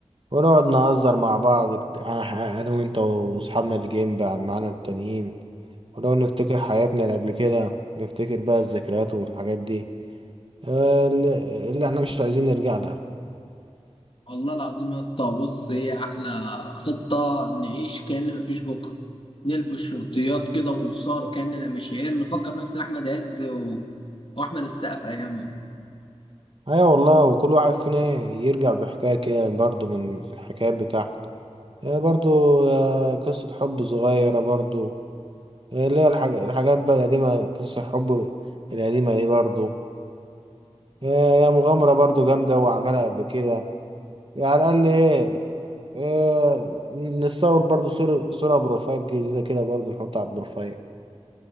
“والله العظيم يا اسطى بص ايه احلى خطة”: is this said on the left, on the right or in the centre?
Left